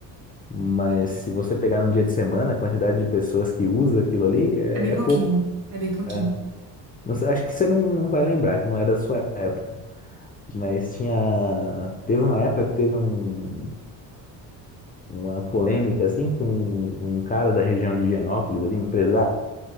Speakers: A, on the left; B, on the right.
A: Mas se você pegar num dia de semana, a quantidade de pessoas que usa aquilo ali é,
B: É bem
A: é
B: pouquinho,
A: pouco.
B: é bem pouquinho.
A: é. Não sei, acho que você não, não vai lembrar, que não é da sua época. Mas tinha. Teve uma época que teve um- uma polêmica, assim, que um, um cara da região de Higienópolis, ali, um empresário,